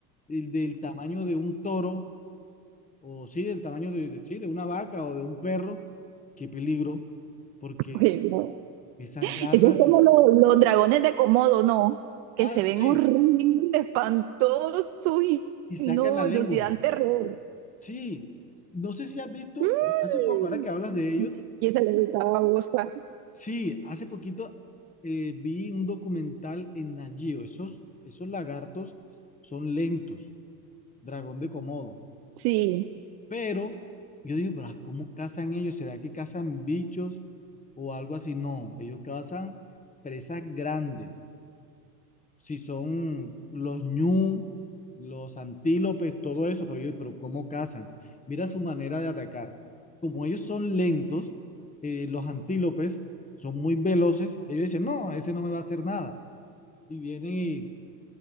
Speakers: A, on the left (about 15°); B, on the right (about 50°).
A: el del tamaño de un toro o sí, del tamaño de, de- sí, de una vaca o de un perro, qué peligro, porque
B: Uy, no.
A: esas garras,
B: Eso es como lo- los, dragones de Komodo, ¿no? Que
A: ah,
B: se ven
A: sí,
B: horribles, espantosos y
A: y sacan
B: no,
A: la
B: eso
A: lengua,
B: sí dan terror.
A: sí, no sé si has visto,
B: Mm.
A: yo- hace poco, ahora que hablas de ellos,
B: Y esa le gustaba a Bosa.
A: sí, hace poquito eh, vi un documental en Nat Geo, esos, esos lagartos son lentos, dragón de Komodo,
B: Sí,
A: pero yo digo, pero ah, ¿cómo cazan ellos? ¿Será que cazan bichos o algo así? No, ellos cazan presas grandes. si son los ñu, los antílopes, todo eso, pero yo, pero ¿cómo cazan? Mira su manera de atacar. Como ellos son lentos, eh, los antílopes son muy veloces, ellos dicen, no, ese no me va a hacer nada. Y vienen y